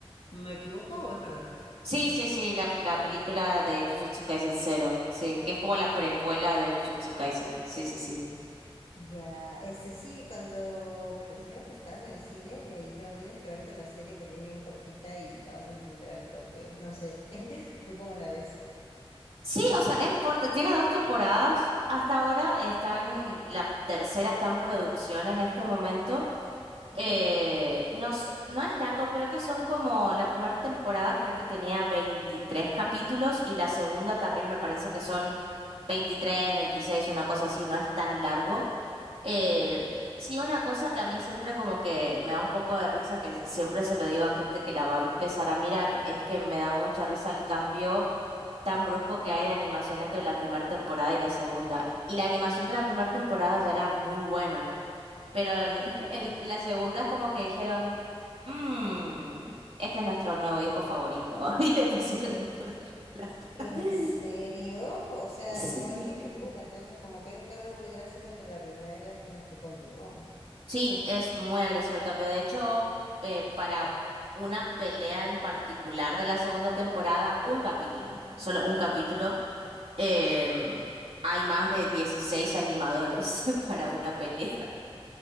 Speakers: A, on the left (about 75°); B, on the right (about 75°).
A: ¿Me equivoco o es verdad?
B: Sí, sí, sí, la, la película de Jujutsu Kaisen Zero, sí, que es como la precuela de Jujutsu Kaisen, sí, sí, sí.
A: Ya, este sí, cuando me dijeron que estaba en el cine, me dijeron tienes que verte la serie porque es bien cortita y la vas a entender al toque. No sé, <laughs> ¿tú cómo la ves?
B: Sí, o sea, es corta, tiene dos temporadas, hasta ahora están, la tercera está en producción en este momento.
A: Ujú,
B: Eh, no, s- no es largo, creo que son como, la primera temporada creo que tenía 23 capítulos y la segunda también me parece que son 23, 26, una cosa así, no es tan largo. Eh,
A: ujú.
B: sí, una cosa que a mí siempre como que me da un poco de risa, que siempre se lo digo a gente que la va a empezar a mirar, es que me da mucha risa el cambio tan brusco que hay de animación entre la primera temporada y la segunda. Y la animación de la primera temporada ya era muy buena, pero en,
A: ¿Qué?
B: <laughs> en la segunda es como que dijeron, mmm, este es nuestro nuevo hijo favorito, <laughs> y le pusieron toda la plata.
A: ¿En
B: <laughs>
A: serio? O sea,
B: Sí.
A: igual que en Helú, entonces como que hay un cambio muy drástico entre la primera y las, las que continúan.
B: Sí, es muy agresivo el cambio. De hecho, eh, para una pelea en particular de la segunda temporada, un capítulo,
A: Ajá.
B: solo un capítulo, em, hay más de 16 animadores <laughs> para una pelea.